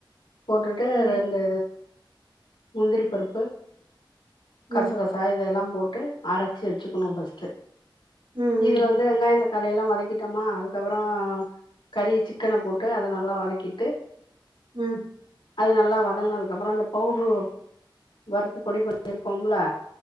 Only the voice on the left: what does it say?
போட்டுட்டு
ரெண்டு முந்திரி பருப்பு
கசகச் சா இதெல்லா போட்டு அரச்சு வெச்சக்கணு ஃபஸ்ட்டு
இதுல வந்து வெங்காய தக் காளியெல்லா வதக்கிட்டோமா அதுக்கப்புறோ கறி சிக்கன போட்டு அத நல்லா வதக்கிட்டு
அது நல்லா வதங்குனதுக்கு அப்புறோ அந்த பவுட்ரு வருத்து பொடி <inaudible> இருக்கோம்லா